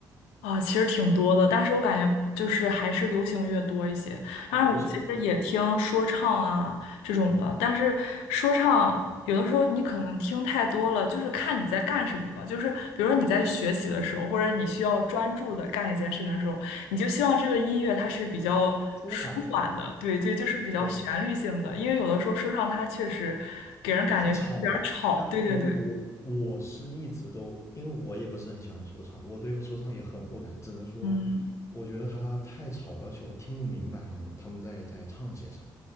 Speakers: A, on the left (about 75°); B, on the left (about 30°).
A: 啊，其实挺多的，但是我感觉就是还是流行乐多一些。当然，
B: 啊，流行乐多一点，
A: 我其实也听说唱啊这种的，但是说唱有的时候你可能听太多了，就是看你在干什么吧。就是比如说你在学习的时候，或者你需要专注的干一件事情的时候，你就希望这个音乐它是比较舒缓的，
B: 舒缓一点，
A: 对对，就是比较旋律性的。
B: 对，
A: 因为有的时候说唱它确实给人感觉是有点儿吵，
B: 太吵了。但我我我是一直都，
A: 对对对，
B: 因为我也不是很喜欢说唱，我对说唱也很无感，只能说
A: 嗯，
B: 我觉得他太吵了，而且我听不明白他们他们在在唱些啥。